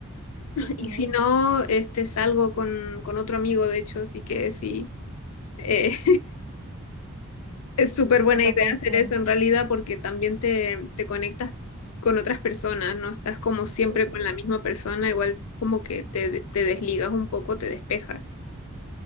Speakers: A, on the right; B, on the left.
A: Ujú.
B: Y si no, este, salgo con, con otro amigo, de hecho, así que sí. eh, Es súper buena
A: Eso
B: idea
A: funciona.
B: hacer eso en realidad porque también te, te conectas con otras personas, no estás como siempre
A: Ujú.
B: con la misma persona, igual como que te, te desligas un poco, te despejas.